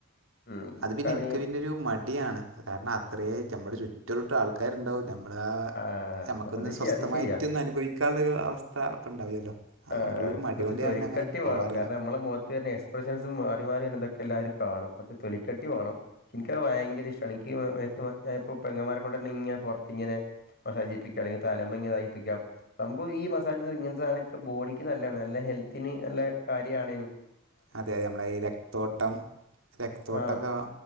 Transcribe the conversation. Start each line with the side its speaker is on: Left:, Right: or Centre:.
Left: ഉം. എനിക്കാണെ
Right: അത് പിന്നെ എനിക്ക് പിന്നൊരു മടിയാണ് അത് കാരണം അത്രേ നമ്മുടെ ചുറ്റു ഒരൂട്ടം ആൾക്കാരുണ്ടാവും ഞമ് മ്മള
Left: ആ
Right: നമ്മക്കൊന്ന്
Left: അത് ശരിയാ
Right: സ്വസ്ഥമായിട്ടൊന്ന്
Left: അത് ശരിയാ.
Right: അനുഭവിക്കാള്ളൊരു അവസ്ഥ അപ്പ ഉണ്ടാവില്ലല്ലോ അതുകൊണ്ടുള്ളൊരു
Left: ആഹ്
Right: മടി
Left: കൊറച്ച്
Right: കൊണ്ട്
Left: തൊലിക്കട്ടി
Right: ഞാൻ പിന്നെ അങ്ങനെ
Left: വേണം
Right: പോകാറില്ല
Left: കാരണം നമ്മള മൊഖത്ത് വരണ എക്സ് എക്സ്പ്രഷൻസും മാറി മാറിയാണ് ഇതൊക്കെ എല്ലാരും കാണും പക്ഷെ തൊലിക്കട്ടി വേണം എനിക്കത് ഭയങ്കര ഇഷ്ടാണ് ഇനിക്കി മേത്ത് ഞാൻ ഇപ്പൊ പെങ്ങമാരെകൊണ്ടന്നെ ഇങ്ങന പൊറത്ത് ഇങ്ങനെ മസാജ് ചെയ്യിപ്പിക്കാം അല്ലെങ്കി തലമ്മേങ്ങനെതായിപ്പിക്കാം സംഭവം ഈ മസാജ് <unintelligible> ഇങ്ങനത്തെ സാധന ബോഡിക്ക് നല്ലേണ്. നല്ല ഹെൽത്തിന് നല്ല കാര്യ ആണേനും
Right: അതെ നമ്മള ഈ രക്തോട്ടം രക്തോട്ടക്കെ
Left: ആ
Right: വാ